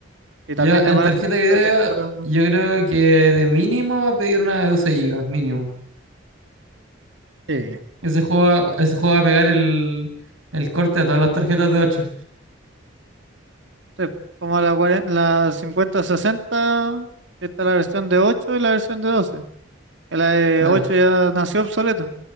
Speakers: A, on the right; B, on the right.
A: Y
B: Yo
A: también
B: en
A: de poner
B: tarjeta de video,
A: detector.
B: yo creo que de mínimo va a pedir una de 12 gigas mínimo.
A: Sí.
B: Ese juego va, ese juego va a pegar el, el corte a todas las tarjetas de ocho.
A: Sí, Como la, cuare- la cincuenta sesenta está la versión de 8 y la versión de doce Que La de
B: Claro,
A: 8 ya nació obsoleta.